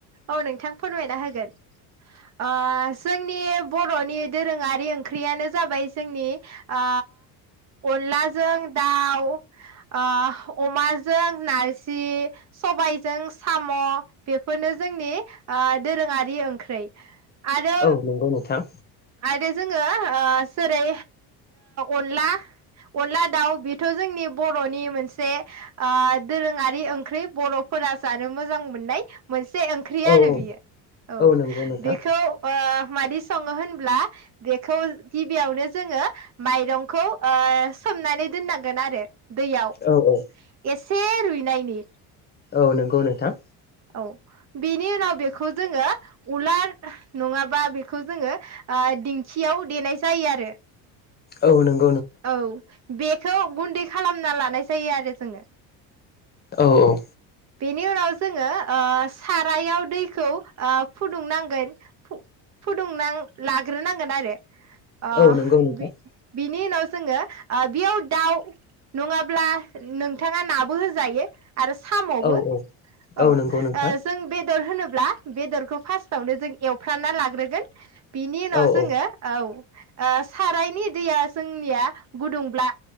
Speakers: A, on the right; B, on the left.
A: औ नोंथां फोरमायना होगोन आ जोंनि बरनि दोरोङारि ओंख्रियानो जाबाय जोंनि आ अनलाजों दाउ आ अमाजों नारजि सबायजों साम बेफोरनो जोंनि आ दोरोङारि ओंख्रै आरो
B: औ नंगौ नोंथां
A: आरो जोङो आ जेरै अनला अनला दाउ बेथ जोंनि बरनि मोनसे दोरोङारि आ ओंख्रि बरफोरा जानो मोजां मोननाय मोन से ओंख्रि
B: औ
A: आरो
B: औ
A: बियो औ
B: नंगौ नोंथां
A: बेखौ मादि सङोहोन ब्ला बेखौ गिबियावनो जोङो माइरंखौ सोमनानै दोननांगोन आरो दैयाव
B: औ औ
A: एसे रुइ नायनि
B: औ नंगौ नोंथां
A: औ बेनि उनाव बेखौ जोङो उलार नङाबा बेखौ जोङो आ दिंखियाव देनाय जायो आरो
B: औ नों
A: औ बेखौ गुन्दै खालामना लानाय जायो आरो जोङो
B: औ औ
A: बेनि उनाव जोङो ओ सारायाव दैखौ आ फुदुंनांगोन फुदुं नां लाग्रोनांगोन आरो आ
B: औ नंगौ नोंथां
A: बि बि नि उनाव जोङो बियाव दाउ नङाब्ला नोंथाङा नाबो होजायो आरो साम बो
B: औ औ
A: औ ओ
B: नंगौ नोंथां
A: जों बेदर होनो ब्ला बेदरखौ फार्स्टआवनो जों एवफ्रामना लाग्रोगोन बिनि उनाव
B: औ
A: जोङो
B: औ
A: औ ओ सारायनि दैया जोंनिया गुदुंब्ला